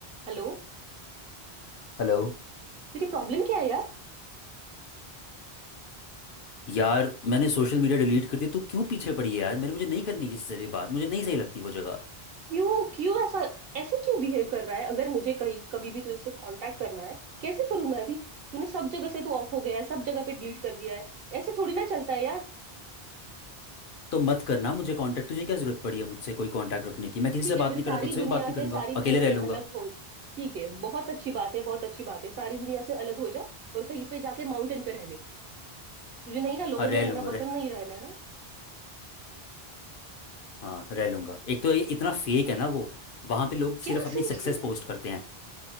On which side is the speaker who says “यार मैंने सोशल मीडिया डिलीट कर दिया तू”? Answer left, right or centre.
Left